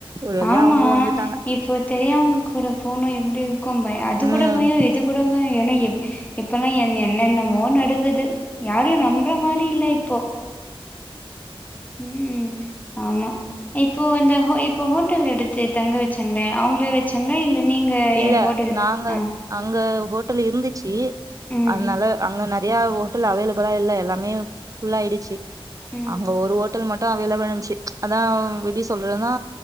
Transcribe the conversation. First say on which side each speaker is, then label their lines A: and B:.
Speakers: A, on the right (about 35°); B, on the left (about 15°).
A: ஒரு வழியா
B: ஆமா
A: அவங்களு வந்துட்டாங்க
B: இப்போ தெரியாதவங்க கூட போன எப்டி இருக்கு பயோ அது
A: ம்
B: கூட பயோ இது கூட பயோ என்ன எப் இப்பல்லா என் என்னென்னமோ நடக்குது யாரையு நம்பற மாரி இல்ல இப்போ ம் ஆமா இப்போ இந்த ஹோ இப்போ ஹோட்டல் எடுத்து தங்க வச்சாங்களே அவங்களே வச்சாங்களா இல்ல நீங் எ
A: இல்ல
B: ஏ ஹோட்டல்
A: நாங்க
B: அ
A: அங்க ஹோட்டல் இருந்துச்சு
B: ம்
A: அத்னால அங்க நறையா ஹோட்டல் அவைலபிளா இல்ல எல்லாமே ஃபுல் ஆயிடுச்சு
B: ம்
A: அங்க ஒரு ஹாட் ட்டல் மட்டு அவைலபில்ருஞ்சு அதா எப்டி சொல்றதுனா